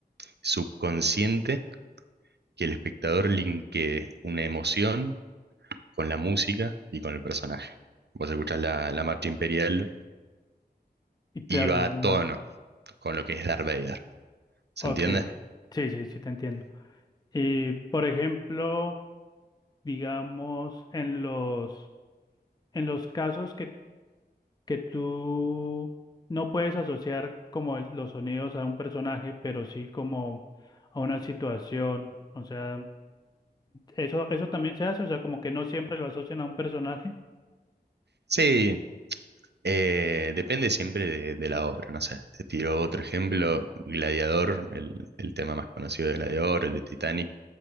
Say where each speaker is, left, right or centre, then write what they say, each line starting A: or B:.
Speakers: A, on the right (about 75°); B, on the left (about 25°).
A: subconsciente, que el espectador linkee una emoción con la música y con el personaje. Vos escuchás la, la marcha imperial
B: Y claro,
A: y va
B: yo
A: a
B: no
A: tono
B: lo
A: con lo que es Darth Vader. ¿Se
B: Ok,
A: entiende?
B: sí, sí, sí, te entiendo. Y por ejemplo, digamos, en los, en los casos que, que tú no puedes asociar como es- los sonidos a un personaje, pero sí como a una situación, o sea, eso, eso también se hace, o sea, como que no siempre lo asocian a un personaje.
A: Sí, eh, depende siempre de, de la obra, no sé. Te tiro otro ejemplo, Gladiador, el, el tema más conocido de Gladiador, el de Titanic